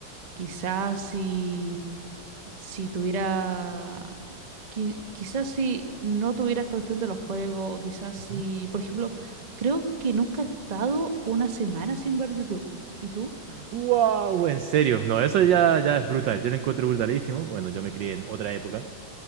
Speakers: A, on the right; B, on the right.
A: Quizás si, si tuviera, qui- quizás si no tuviera esta cuestión de los juegos o quizás
B: Ujú.
A: si, por ejemplo, creo que nunca he estado una semana sin ver YouTube. ¿Y tú?
B: Wow, en serio, no, eso ya, ya es brutal, yo lo encuentro brutalísimo. Bueno, yo me crié en otra época,